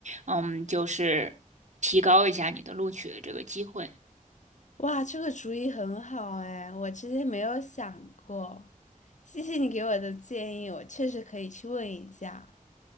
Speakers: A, on the right; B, on the left.
A: 嗯，就是提高一下你的录取的这个机会。
B: 哇，这个主意很好哎，我之前没有想过，谢谢你给我的建议，我确实可以去问一下。